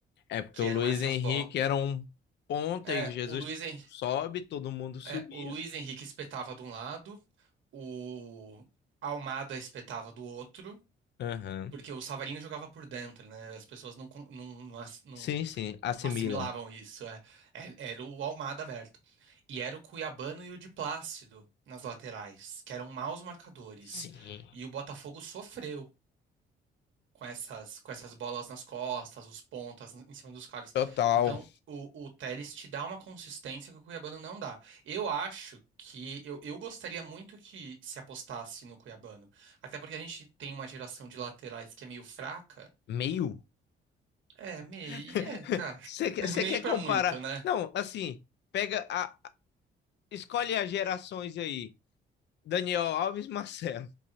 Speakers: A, on the left; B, on the right.
A: É porque
B: que
A: o
B: eram
A: Luiz
B: essas
A: Henrique
B: bo...
A: era um ponta
B: É,
A: e Jesus
B: o Luiz, Hen-
A: sobe, todo mundo subia.
B: é, o Luiz Henrique espetava de um lado, o Almada espetava do outro.
A: Aham. uhum.
B: Porque o Savarino jogava por dentro, né? As pessoas não, con- não, não ass- não
A: Sim, sim, assimilam.
B: assimilavam isso. é. É- Era o Almada aberto. E era o Cuiabano e o de Plácido nas laterais, que eram maus marcadores.
A: Sim.
B: E o Botafogo sofreu com essas, com essas bolas nas costas, os pontas em cima dos caras.
A: Total.
B: Então, o, o Telles te dá uma consistência que o Cuiabano não dá. Eu acho que eu, eu gostaria muito que se apostasse no Cuiabano. Até porque a gente tem uma geração de laterais que é meio fraca.
A: Meio?
B: É, meio.
A: <laughs>
B: É, tá.
A: Você quer,
B: <laughs>
A: você
B: Meio
A: quer
B: pra
A: comparar?
B: muito, né?
A: Não, assim, pega a. Escolhe as gerações aí. Daniel Alves, Marcelo,